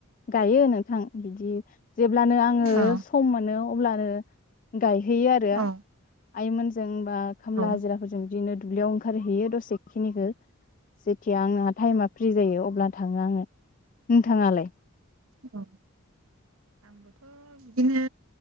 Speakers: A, on the left; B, on the right.
A: गायो नोंथां बिदि जेब्लानो आङो
B: औ
A: सम मोनो अब्लानो- गायहैयो आरो
B: औ
A: आइमोनजों- बा खामला
B: औ
A: हाजिराफोरजोंं दिनो दुब्लियाव ओंखारहैयो दसेखिनिखो जेथिया आंहा टाइमा - फ्रि जायो अब्ला थाङो आङो। नोंथाङालाय?
B: औ आंबोथ बिदिनो